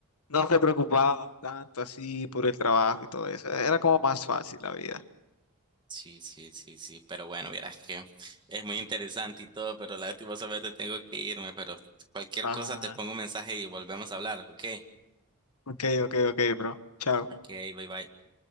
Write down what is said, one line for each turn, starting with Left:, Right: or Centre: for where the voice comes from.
Left: no se preocupaba tanto así por el trabajo y todo eso, era como más fácil la vida.
Right: Sí, sí, sí, sí, pero bueno, vieras que es muy interesante y todo, pero lastimosamente tengo que irme, pero cualquier
Left: Ah,
Right: cosa te pongo un mensaje y volvemos a hablar, ¿ok?
Left: Ok, ok, ok, bro. Chao.
Right: Ok, bye bye.